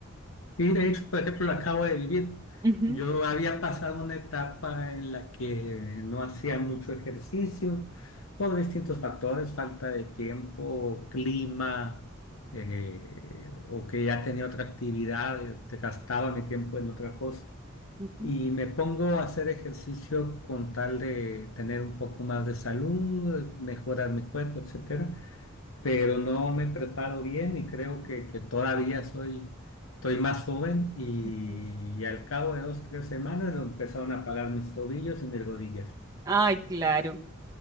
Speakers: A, on the left; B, on the right.
A: Y de hecho, por ejemplo, lo acabo de vivir.
B: Ujú,
A: Yo había pasado una etapa en la que no hacía mucho ejercicio por distintos factores, falta de tiempo, clima, eh, o que ya tenía otra actividad, eh, te gastaba mi tiempo en otra cosa.
B: ujú,
A: Y me pongo a hacer ejercicio con tal de tener un poco más de salud, mejorar mi cuerpo, etcétera, pero no me preparo bien y creo que, que todavía soy, estoy más joven y,
B: ujú.
A: al cabo de dos, tres semanas lo empezaron a pagar mis tobillos y mis rodillas.
B: Ay, claro.